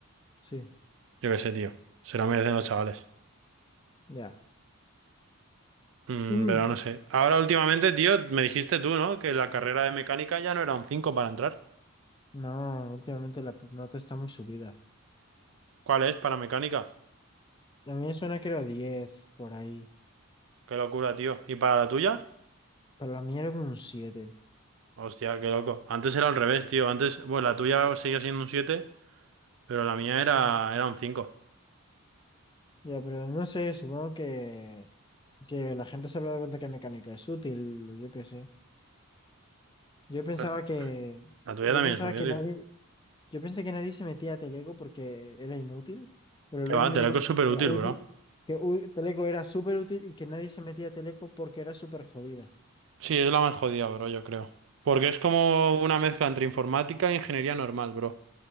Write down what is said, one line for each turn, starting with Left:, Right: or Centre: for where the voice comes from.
Left: Sí,
Right: yo qué sé, tío, se lo merecen los chavales.
Left: ya.
Right: Mm,
Left: Uy,
Right: pero no sé. Ahora últimamente, tío, me dijiste tú, ¿no? Que la carrera de mecánica ya no era un 5 para entrar.
Left: No, últimamente la nota está muy subida.
Right: ¿Cuál es para mecánica?
Left: La mía suena que era 10 por ahí,
Right: Qué locura, tío. ¿Y para la tuya?
Left: pero la mía era como un siete.
Right: Hostia, qué loco. Antes era al revés, tío. Antes, bueno, la tuya seguía siendo un 7, pero la mía
Left: sí
Right: era, era un cinco.
Left: Ya, pero no sé, supongo que, que la gente se habrá dado cuenta que mecánica es útil, yo qué sé. Yo pensaba
Right: La
Left: que,
Right: la tuya
Left: yo
Right: también
Left: pensaba
Right: es muy
Left: que
Right: útil.
Left: nadie, yo pensé que nadie se metía a Teleco porque era inútil, pero luego
Right: Que va,
Left: me
Right: Teleco
Left: di cuenta
Right: es súper
Left: de que
Right: útil,
Left: era útil,
Right: bro.
Left: que u- Teleco era súper útil y que nadie se metía a Teleco porque era súper jodida.
Right: Sí, es la más jodida, bro, yo creo. Porque es como una mezcla entre informática e ingeniería normal, bro.